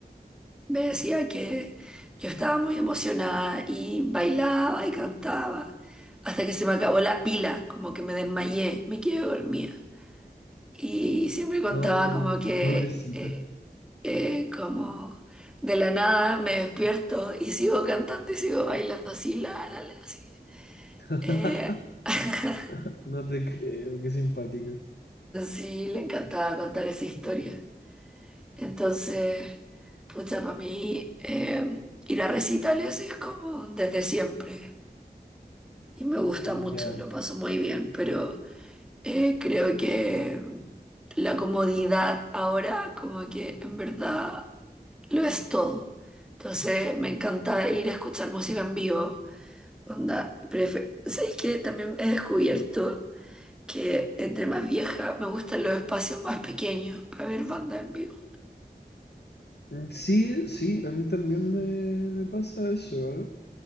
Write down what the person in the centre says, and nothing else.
me decía que yo estaba muy emocionada y bailaba y cantaba, hasta que se me acabó la pila, como que me desmayé, me quedé dormida. Y siempre contaba
como que...
eh, eh, como de la nada me despierto y sigo cantando y sigo bailando así, la, la, la, así.
Eh, <laughs>
sí, le encantaba contar esa historia. Entonces, pucha, para mí eh, ir a recitales es como desde siempre y me gusta mucho,
lo paso muy bien, pero eh, creo que la comodidad ahora como que en verdad lo es todo. Entonces, me encanta ir a escuchar música en vivo Onda, prefe- ¿sabes qué? También he descubierto que entre más vieja me gustan los espacios más pequeños para ver banda en vivo.